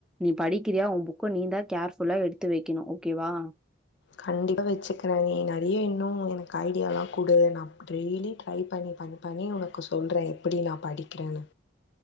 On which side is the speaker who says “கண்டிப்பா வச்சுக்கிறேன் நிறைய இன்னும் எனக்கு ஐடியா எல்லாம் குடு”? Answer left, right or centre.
Left